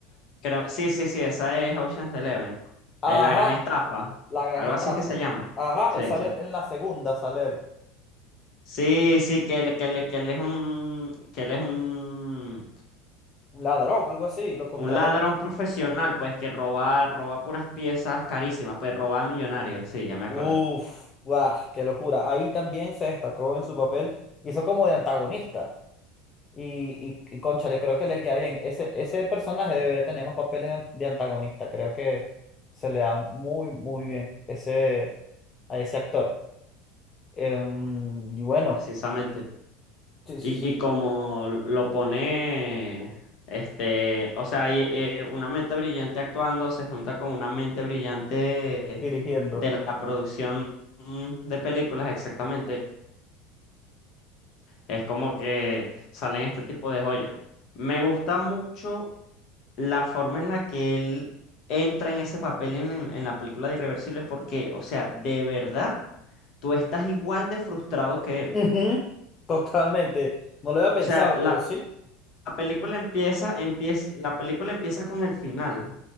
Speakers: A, on the left; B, on the left.
A: creo, sí, sí, sí, esa es Ocean's Eleven.
B: Ajá,
A: Eh, la gran estafa.
B: la gran
A: Algo
B: estafa.
A: así es que se llama.
B: Ajá,
A: Sí,
B: él sale
A: sí.
B: en la segunda, sale él,
A: Sí, sí, que él, que él- que él es un, que él es un,
B: un ladrón, algo así, lo contratan.
A: un ladrón profesional, pues que roba, roba puras piezas carísimas, pues roba a millonarios. Sí, ya me
B: Uf,
A: acordé.
B: guau, qué locura. Ahí también se destacó en su papel, hizo como de antagonista. Y, y, y, cónchale, creo que le queda bien. Ese, ese personaje debería tener más papeles de, an- de antagonista. Creo que se le da muy, muy bien ese, a ese actor. Em, y bueno,
A: Precisamente.
B: sí, sí,
A: Y,
B: sí,
A: y como lo lo pone, este, o sea, y- eh, una mente brillante actuando se junta con una mente brillante
B: dirigiendo.
A: de la producción mm, de películas, exactamente. Es como que salen este tipo de joyas. Me gusta mucho la forma en la que él entra en ese papel en, en en la película de Irreversible porque, o sea, de verdad, tú estás igual de frustrado que él.
B: Ujú, Totalmente. No lo había pensado,
A: O sea, la
B: pero sí.
A: La película empieza, empieza, la película empieza con el final.